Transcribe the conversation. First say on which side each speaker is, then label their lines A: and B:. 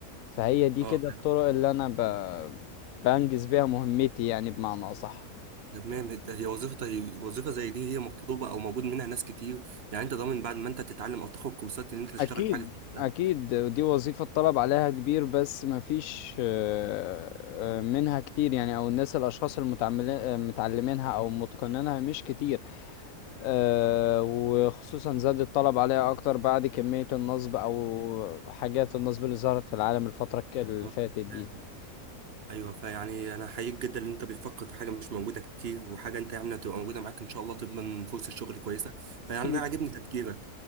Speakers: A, on the left (about 70°); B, on the right (about 45°).
A: فهي دي
B: اه
A: كده الطرق اللي انا ب... بنجز بيها مهمتي يعني بمعنى اصح
B: تمام ده هي وظيفة هي وظيفة زي دي هي مطلوبة او موجود منها ناس كتير يعني انت ضامن بعد ما انت تتعلم او تاخد كورسات ان انت تشتغل
A: اكيد
B: في حاجة زي كده
A: اكيد ودي وظيفة الطلب عليها كبير بس مفيش آه، آه، منها كتير يعني او الناس الاشخاص المتعملين متعلمينها او متقنينها مش كتير آه، وخصوصا زاد الطلب عليها أكتر بعد كمية النصب أو حاجات النصب اللي ظهرت في العالم الفترة الك- اللي
B: اه
A: فاتت دي
B: ايوه فيعني انا حقيقي جدا ان انت بتفكر في حاجه مش موجوده كتير وحاجه انت يعني هتبقى موجوده معاك ان شاء الله تضمن فرصه شغل كويسه فيعني
A: أكيد
B: انا عاجبني تفكيرك